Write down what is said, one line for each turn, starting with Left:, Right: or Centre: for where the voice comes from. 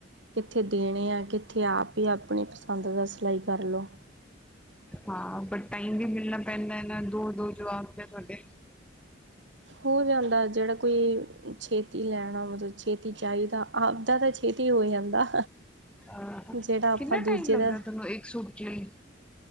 Right: ਕਿੱਥੇ ਦੇਣੇ ਆ, ਕਿੱਥੇ ਆਪ ਹੀ ਆਪਣੀ ਪਸੰਦ ਦਾ, ਸਿਲਾਈ ਕਰ ਲਓ
Centre: ਹਾਂ ਬ ਟਾਈਮ ਵੀ ਮਿਲਣਾ ਪੈਂਦਾ ਹੈ, ਨਾ ਦੋ -ਦੋ ਜਵਾਕ ਨੇ ਤੁਹਾਡੇ
Right: ਹੋ ਜਾਂਦਾ, ਜਿਹੜਾ ਕੋਈ ਛੇਤੀ ਲੈਣਾ, ਮਤਲਬ ਛੇਤੀ ਚਾਹੀਦਾ ਆਪਦਾ ਤਾਂ ਛੇਤੀ ਹੀ ਹੋ ਜਾਂਦਾ
Centre: ਅਹ,
Right: ਜਿਹੜਾ ਆਪਾਂ
Centre: ਕਿੰਨਾ
Right: ਦੂਜੇ
Centre: ਟਾਈਮ ਲੱਗਦਾ
Right: ਦਾ
Centre: ਤੁਹਾਨੂੰ, ਇੱਕ ਸੂਟ ਲਈ